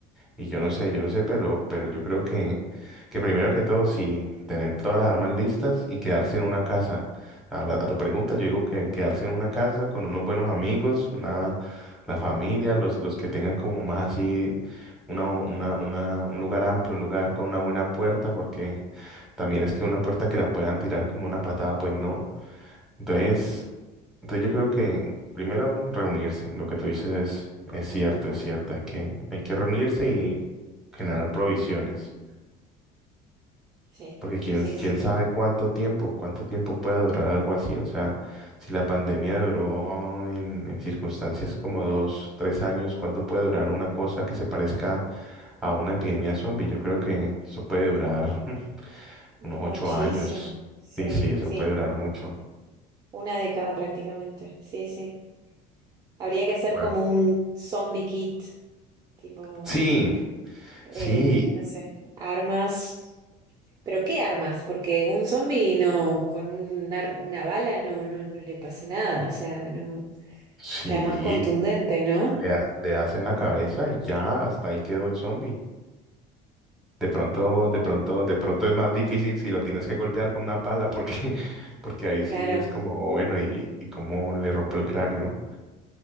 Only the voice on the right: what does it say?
Sí,
sí, sí.
Muchísimo.
Sí,
sí.
Una década prácticamente. Sí, sí. Habría que hacer
como un zombie kit, tipo.
eh,
no sé, armas. ¿Pero qué armas? Porque un zombi no, con un ar- una bala no, no, no le pasa nada, o sea, no, o
sea, más contundente, ¿no?
Claro.